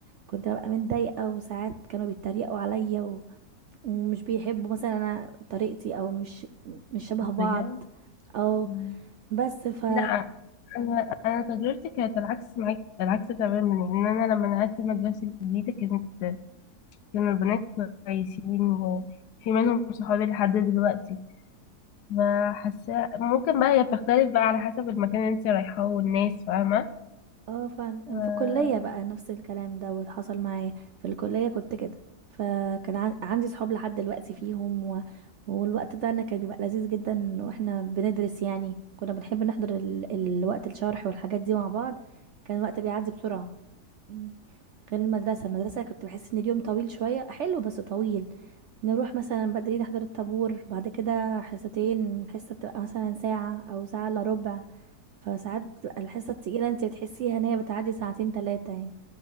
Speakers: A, on the right; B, on the left.
A: كنت ببقى متضايقة وساعات كانوا بيتريقوا عليا و... ومش بيحبوا مثلا انا طريقتي او مش مش شبه بعض
B: بجد
A: او
B: مم.
A: بس ف
B: لا انا انا تجربتي كانت العكس معاك العكس تماما يعني انا لما نقلت مدرسه جديده كانت كانوا البنات كويسين وفي منهم صحابي لحد دلوقتي فحاسه ممكن بقى هي بتختلف بقى على حسب المكان اللي انت رايحاه والناس فاهمه
A: اه فعلا
B: ف-
A: في الكلية بقى نفس الكلام دوت حصل معايا في الكلية كنت كده فكان عن- عندي صحاب لحد دلوقتي فيهم و... والوقت بتاعنا كان بيبقى لذيذ جدا واحنا بندرس يعني كنا بنحب نحضر ال... الوقت الشرح والحاجات دي مع بعض كان الوقت بيعدي بسرعة يعني غير المدرسة المدرسة كنت بحس ان اليوم طويل شوية حلو بس طويل نروح مثلا بدري نحضر الطابور بعد كده حصتين حصة بتبقى مثلا ساعة او ساعة الا ربع فساعات بتبقى الحصة التقيلة انت بتحسيها ان هي بتعدي ساعتين تلاتة يعني